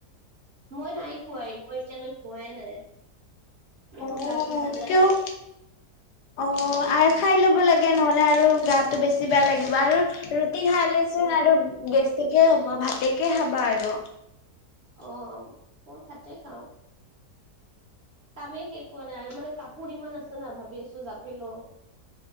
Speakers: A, on the right; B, on the left.
A: মই নাই খোৱা ই মই এতিয়ালৈ খোৱাই নাই মোৰ
B: অ
A: গাটো ভাল লগা
B: কিয়
A: নাই।
B: অ', আৰু খাই ল'ব লাগে নহ'লে আৰু গাটো বেছি বেয়া লাগিব আৰু ৰু টি খালেচোন
A: উম
B: আৰু গেষ্টিকে হ'ব ভাতেকে খাবা আৰু।
A: অ', অ', মই ভাতে খাওঁ। কামে শেষ হোৱা নাই আৰু মানে কাপোৰ ইমান আছে নাই ভাবি আছো জাপি ল ও।